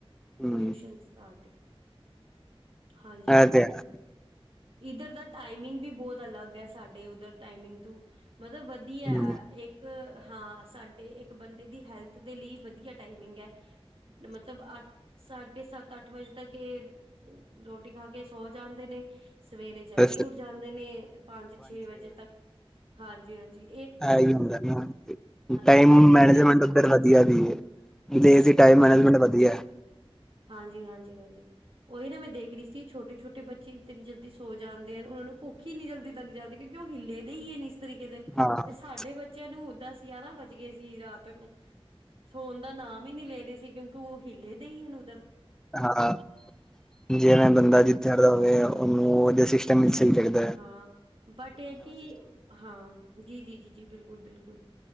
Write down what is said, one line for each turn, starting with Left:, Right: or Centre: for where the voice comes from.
Centre: ਹਮ
Right: ਪੋਲਿਊਸ਼ਨ ਸਟਾਰਟ। ਹਾਂਜੀ-ਹਾਂਜੀ-ਹਾਂਜੀ।
Centre: ਇਹ ਤੇ ਹੈ
Right: ਇਧਰ ਦਾ ਟਾਈਮਿੰਗ ਵੀ ਬਹੁਤ ਅਲੱਗ ਐ, ਸਾਡੇ ਉਧਰ ਟਾਈਮਿੰਗ ਤੋ, ਮਤਲਬ ਵਧੀਆ।
Centre: ਹਮ
Right: ਇੱਕ, ਹਾਂ ਸਾਡੇ ਇੱਕ ਬੰਦੇ ਦੀ ਹੈਲਥ ਦੇ ਲਈ ਵਧੀਆ ਟਾਈਮਿੰਗ ਐ, ਮਤਲਬ ਅਠ ਸਾਢੇ-ਸੱਤ, ਅੱਠ ਵਜੇ ਤੱਕ ਇਹ, ਰੋਟੀ ਖਾਕੇ ਸੌ ਜਾਂਦੇ ਨੇ। ਸਵੇਰੇ ਜਲਦੀ
Centre: ਬਸ
Right: ਉੱਠ ਜਾਂਦੇ ਨੇ, ਪੰਜ, ਛੇ ਵਜੇ ਤੱਕ ਹਾਂਜੀ-ਹਾਂਜੀ।
Centre: ਐਈ ਹੁੰਦਾ ਨਾ, ਟਾਇਮ
Right: ਏਦਾਂ ਦੀ
Centre: ਮੈਨੇਜਮੈਂਟ
Right: ਮੈਂ
Centre: ਉਧਰ ਵਧੀਆ ਵੀ ਏ। ਦੇਸ਼ ਦੀ ਟਾਈਮ ਮੈਨੇਜਮੈਂਟ ਵਧੀਆ।
Right: ਹਾਂਜੀ-ਹਾਂਜੀ-ਹਾਂਜੀ। ਉਹੀ ਨਾ ਮੈਂ ਦੇਖ ਰਹੀ ਸੀ, ਛੋਟੇ-ਛੋਟੇ ਬੱਚੇ ਇਤਨੀ ਜਲਦੀ ਸੋ ਜਾਂਦੇ ਹਨ, ਉਹਨਾਂ ਨੂੰ ਭੁੱਖ ਹੀ ਇੰਨੀ ਜਲਦੀ ਲੱਗ ਜਾਂਦੀ ਕਿ ਕਿ ਉਹ ਹਿੱਲੇਦੇ ਹੀ ਨੇ ਇਸ ਤਰੀਕੇ ਦੇ,
Centre: ਹਾਂ
Right: ਤੇ ਸਾਡੇ ਬੱ ਚਿਆਂ ਨੂੰ ਦਸ, ਇਆਰਾਂ ਵੱਜ ਗਏ ਸੀ ਰਾਤ ਨੂੰ, ਸੋਣ ਦਾ ਨਾਮ ਹੀ ਨੀ ਲੇ ਰਹੇ ਸੀ, ਕਿਉਂ ਤੁੰ ਹਿੱਲੇਦੇ ਹੀ, ਇਹਨੂੰ
Centre: ਹਾਂ, ਜਿਵੇਂ
Right: ਹਮ
Centre: ਬੰਦਾ ਜਿੱਥੇ ਰਵੇ, ਉਹਨੂੰ ੳਹਦੇ ਸਿਸ ਸਿਸਟਮ ਈ ਸਹੀ ਲਗਦਾ।
Right: ਹਾਂ, ਬਟ ਇਹ ਕਿ, ਹਾਂ। ਜੀ-ਜੀ-ਜੀ-ਜੀ, ਬਿਲਕੁਲ-ਬਿਲਕੁਲ।